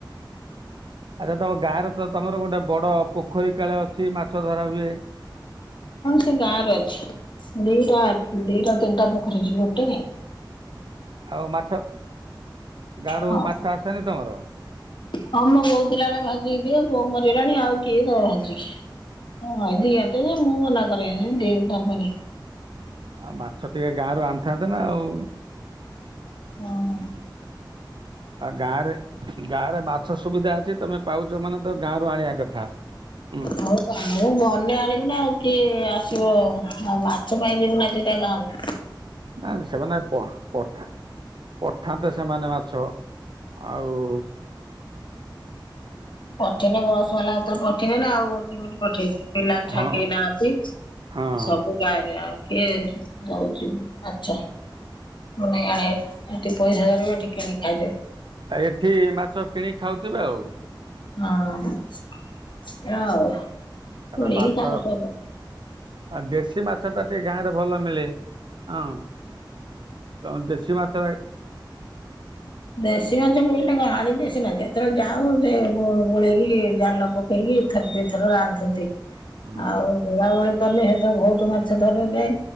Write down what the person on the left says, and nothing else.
ହଁ ସେ ଗାଁରେ ଅଛି। ଦିଟା ଦିଟା ତିନିଟା ପୋଖରୀ ଅଛି। ଗୋଟେ ନାଇଁ।
ହଁ
ହଁ ମୋ ବୋଉ ଥିଲାବେଳେ ଭାଜିକି ଦିଏ। ବୋଉ ମରିଗଲାଣି ଆଉ କିଏ ଦବ ଭାଜି। ହଁ ଦିଆନ୍ତି, ଯେ ମୁଁ ମନା କରେ ଏ ଦେ ଦବନି।
ହଁ।
ହଉ ଗାଁ କୁ ଗଲେ ଆଣିବୁନା। ଆଉ କିଏ ଆସିବ। ଆଉ ମାଛ ପାଇଁ ଯିବୁ ନା ଦିଟା ଗାଁକୁ।
ପଠେଇଲେ ବସ ବାଲା ହାତରେ ପଠେଇ ବେ ନା ଆଉ କିମିତି ପଠେଇବେ। ପିଲାଛୁଆ
କେହି ନାହାନ୍ତି।
ସବୁ ବାହାରେ ଆଉ କିଏ ଦଉଛି ମାଛ। <inaudible> ଏଠି ପଇସା ଦେଲେ ବିଟି ଏଠି କିଣି କି ଖାଇଦେବେ।
ହଁ, <inaudible>
କରିକି
ଖାଇବେ ସବୁ
ଦେଶୀ ମାଛ ମିିଳିଲେ କଣ ଆଣିଲେ ସିନା କିଏ। ଯେତେବେଳେ ଯାାଉ ସେ ଗୋଳେଇକି ଜାଲ ପକେଇକି ଥରେ ଦି ଥର ରାନ୍ଧନ୍ତି।
ଆଉ ଗୋଳାଗୋଳି କଲେ ସେତେବେଳେ ବହୁତ ମାଛ ଧରାଯାଏ।